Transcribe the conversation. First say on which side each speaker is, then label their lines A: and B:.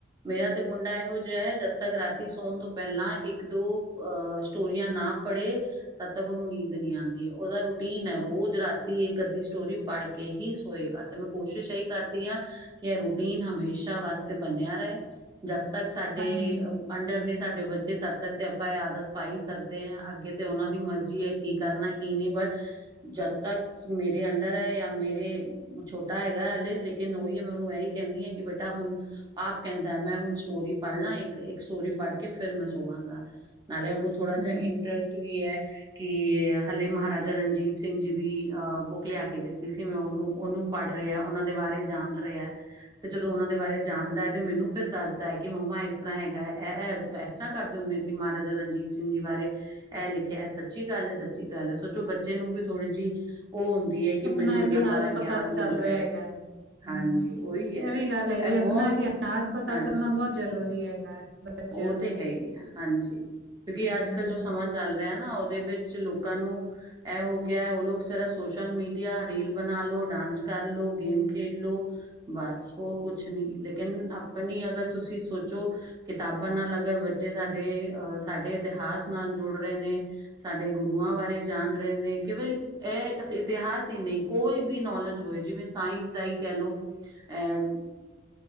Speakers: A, on the right (about 20°); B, on the right (about 65°).
A: ਮੇਰਾ ਤੇ ਮੁੰਡਾ ਇਹੋ ਜਿਹਾ ਹੈ ਜਦ ਤੱਕ ਰਾਤੀ ਸੋਣ ਤੋਂ ਪਹਿਲਾਂ ਇੱਕ ਦੋ ਅ ਸਟੋਰੀਆਂ ਨਾਲ ਨਾ ਪੜੇ ਤਦ ਤੱਕ ਉਹਨੂੰ ਨੀਂਦ ਨਹੀਂ ਆਉਂਦੀ ਉਹਦਾ ਰੂਟੀਨ ਹੈ ਰੋਜ਼ ਰਾਤੀ ਇਹ ਅੱਧੀ ਸਟੋਰੀ ਪੜ੍ਹ ਕੇ ਹੀ ਸੋਏਗਾ ਤੇ ਮੈਂ ਕੋਸ਼ਿਸ਼ ਇਹੀ ਕਰਦੀ ਹਾਂ ਕਿ ਇਹ ਰੂਟੀਨ ਹਮੇਸ਼ਾ ਵਾਸਤੇ ਬਣਿਆ ਰਹੇ ਜਦ ਤੱਕ ਸਾਡੇ
B: ਹਾਂਜੀ
A: ਅੰਡਰ ਨੇ ਸਾਡੇ ਬੱਚੇ ਤਦ ਤੱਕ ਤੇ ਆਪਾਂ ਇਹ ਆਦਤ ਪਾਈ ਸਕਦੇ ਆ ਅੱਗੇ ਤੇ ਉਹਨਾਂ ਦੇ ਮਰਜ਼ੀ ਹੈ ਕੀ ਕਰਨਾ ਕੀ ਨਹੀਂ ਬਟ ਜਦ ਤੱਕ ਮੇਰੇ ਅੰਡਰ ਹੈ ਜਾਂ ਮੇਰੇ ਛੋਟਾ ਹੈਗਾ ਹਲੇ ਲੇਕਿਨ ਉਹੀ ਮੈਂ ਉਹਨੂੰ ਇਹੀ ਕਹਿੰਦੀ ਹਾਂ ਕਿ ਬੇਟਾ ਹੁਣ ਆਪ ਕਹਿੰਦਾ ਮੈਂ ਹੁਣ ਸਟੋਰੀ ਪੜ੍ਹਨਾ ਇੱਕ ਇੱਕ ਸਟੋਰੀ ਪੜ੍ਹ ਕੇ ਫਿਰ ਮੈਂ ਸੋਵਾਂਗਾ ਨਾਲੇ ਉਹਨੂੰ ਥੋੜਾ ਜਹਾ
B: ਹਮ ਹਮ
A: ਇੰਟਰਸਟ ਵੀ ਹੈ ਕਿ ਹਲੇ ਮਹਾਰਾਜਾ ਰਣਜੀਤ ਸਿੰਘ ਜੀ ਦੀ ਅਹ ਬੁੱਕ ਲਿਆ ਕੇ ਦਿੱਤੀ ਸੀ ਮੈਂ ਉਹਨੂੰ ਉਹਨੂੰ ਪੜ ਰਿਹਾ ਉਹਨਾਂ ਦੇ ਬਾਰੇ ਜਾਣ ਰਿਹਾ ਤੇ ਜਦੋਂ ਉਹਨਾਂ ਦੇ ਬਾਰੇ ਜਾਣਦਾ ਹੈ ਤੇ ਮੈਨੂੰ ਫਿਰ ਦੱਸਦਾ ਕਿ ਮੰਮਾ ਇਸ ਤਰ੍ਹਾਂ ਹੈਗਾ ਇਹ ਇਸ ਤਰ੍ਹਾਂ ਕਰਦੇ ਹੁੰਦੇ ਸੀ ਮਹਾਰਾਜਾ ਰਣਜੀਤ ਸਿੰਘ ਜੀ ਬਾਰੇ ਇਹ ਲਿਖ ਖਿਆ ਸੱਚੀ ਗੱਲ ਹੈ ਸੱਚੀ ਗੱਲ ਹੈ ਸੋਚੋ ਬੱਚੇ ਨੂੰ ਵੀ ਥੋੜ੍ਹੀ ਜਿਹੀ ਉਹ ਹੁੰਦੀ ਹੈ ਕਿ
B: ਆਪਣਾ
A: ਮੈਨੂੰ
B: ਇਤਿਹਾਸ
A: ਇੰਨਾ ਸਾਰਾ
B: ਪਤਾ
A: ਗਿਆਨ
B: ਚੱਲ
A: ਮਿਲ
B: ਰਿਹਾ ਹੈਗਾ
A: ਹੈ।
B: ਹਮ
A: ਹਾਂਜੀ ਉਹੀ ਹੈ
B: ਇਹ ਵੀ ਗੱਲ ਹੈਗੀ
A: ਇਹ ਬਹੁਤ
B: ਆਪਣਾ ਹਸ ਪਤ
A: ਹਾਂਜੀ
B: ਚੱਲਣਾ ਬਹੁਤ ਜਰੂਰੀ ਹੈਗਾ ਬੱਚਿਆਂ
A: ਉਹ
B: ਨੂੰ
A: ਤੇ ਹੈ ਹੀ ਹੈ ਹਾਂਜੀ ਕਿਉਂਕਿ
B: ਹਮ,
A: ਅੱਜ ਕੱਲ ਜੋ ਸਮਾਂ ਚੱਲ ਰਿਹਾ ਨਾ ਉਹਦੇ ਵਿੱਚ ਲੋਕਾਂ ਨੂੰ ਇਹ ਹੋ ਗਿਆ ਉਹ ਲੋਕ ਸਿਰਫ ਸੋਸ਼ਲ ਮੀਡੀਆ ਰੀਲ ਬਣਾ ਲੋੋ ਡਾਂਸ ਕਰ ਲੋ ਗੇਮ ਖੇਡ ਲੋੋ ਬਸ ਹੋਰ ਕੁਛ ਨੀ ਲੇਕਿਨ ਆਪਣੀ ਅਗਰ ਤੁਸੀਂ ਸੋਚੋ ਰਾਬ ਨਾਲ ਲੱਗਣ ਬੱਚੇ ਸਾਡੇ ਅ ਸਾਡੇ ਇਤਿਹਾਸ ਨਾਲ ਜੁੜ ਰਹੇ ਨੇ ਸਾਡੇ ਗੁਰੂਆਂ ਬਾਰੇ ਜਾਣ ਰਹੇ ਨੇ ਕੇਵਲ ਇਹ ਇਤਿਹਾਸ ਹੀ ਨਹੀਂ ਕੋਈ ਵੀ ਨੌਲੇਜ ਹੋਏ ਜਿਵੇਂ ਸਾਇੰਸ ਦਾ ਹੀ ਕਹਿ ਲਓ ਅ